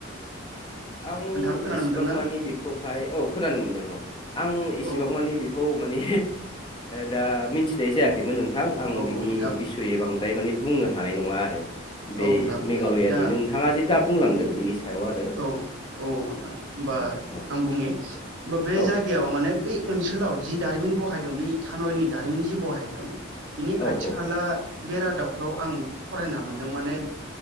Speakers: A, on the left; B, on the right.
A: आं
B: नोंथां खोनानो
A: इसेबां
B: मोनदोंना
A: मानि बेखौहाय औ खोनानो मोनदों औ आं
B: औ
A: इसेबां
B: औ
A: मानि बेखौ माने दा मिथिनाय जायाखैमोन नोंथां आं
B: औ
A: बिनि
B: नोंथां
A: बिसय बां फ्राय माने बुंनो हानाय नङा आरो
B: औ
A: बे
B: नोंथां
A: मेघालयानि
B: दा
A: नोंथाङा जे दा बुंलांदों बेनि सायाव आरो
B: औ औ औ नोंथां होमबा
A: ओ औ
B: आं बुं नि बे
A: औ
B: जायगायाव माने बे ओनसोलाव जि दारिमिन बहायदों बेै इ थानयलनि दारिमिन जि बहायदों बिनि
A: औ
B: खाथि
A: औ
B: खाला बे रादाब फाव आं फरायना मोनदों माने